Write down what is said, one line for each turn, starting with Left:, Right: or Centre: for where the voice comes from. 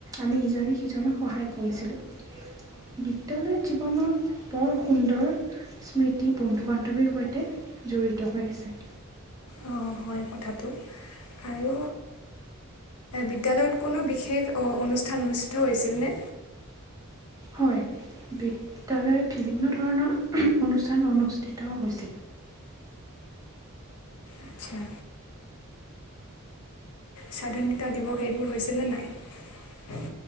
Right: আমি ইজনে সিজনক সহায় কৰিছিলোঁ। বিদ্যালয়ত জী জীৱনৰ বৰ সুন্দৰ স্মৃতি বন্ধু বান্ধৱীৰ সৈতে জড়িত হৈ আছে।
Left: অ হয় কথাটো আৰু বিদ্যালয়ত কোনো বিশেষ অনুষ্ঠান অনুষ্ঠিত হৈছিলনে?
Right: হয় বিদ্যালয়ত বিভিন্ন ধৰণৰ অনুষ্ঠান অনুষ্ঠিত হৈছিল।
Left: আচ্ছা স্বাধীনতা দিৱস এইবোৰ হৈছেনে নাই?